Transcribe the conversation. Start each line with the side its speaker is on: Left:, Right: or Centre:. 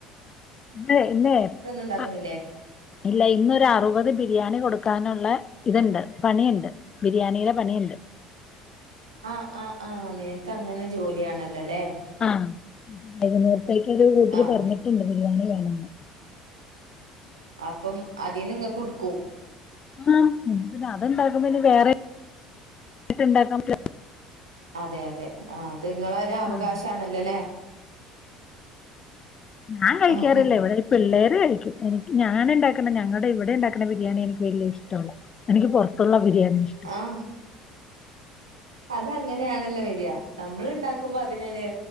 Left: ഇന്നെ ഇന്നെ
Right: ഉണ്ടാക്കണില്ലേ
Left: അ ഇല്ല ഇന്നൊരു അറുപത് ബിരിയാണി കൊടുക്ക ത്താനുള്ള ഇതുണ്ട് പണിയുണ്ട് ബിരിയാണിയുടേ പണിയുണ്ട്
Right: ആ ആ് ആഹ്. നിനക്ക് അങ്ങനെ ജോലിയാണല്ലോല്ലേ
Left: ആഹ്. വൈകുന്നേരത്തേക്കൊരു കൂട്ടര്
Right: ആഹ്
Left: പറഞ്ഞിട്ടുണ്ട് ബിരിയാണി വേണംന്ന്
Right: അപ്പം അതീന്ന് ഇങ്ങക്കും ട്ക്കും.
Left: ആ. പിന്നെ അത്ണ്ടാക്കുമ്പ വേറൊര് ഇത് ണ്ടാക്കാൻ പറ്റോ
Right: അതെ അതെ ആ അത്ങ്ങളൊരു അവകാശ
Left: ഉം.
Right: ആണല്ലോല്ലേ
Left: ഞാൻ കഴിക്കാറില്ല
Right: ആഹ്
Left: ഇവിടെ പിള്ളേർ ര് കഴിക്കും. എനിക്ക് ഞാന് ണ്ടാക്കുന്ന ഞങ്ങടെ ഇവടെ ഉണ്ടാക്കുന്ന ബിരിയാണി എനിക്ക് വലിയ ഇഷ്ടല്ല എനിക്ക് പുറത്തുള്ള ബിരിയാണി ഇഷ്ടം
Right: ആഹ് അത് അങ്ങനെയാണല്ലോ വരിയാ നമ്മൾ ഉണ്ടാക്കുമ്പോ അതിനോര്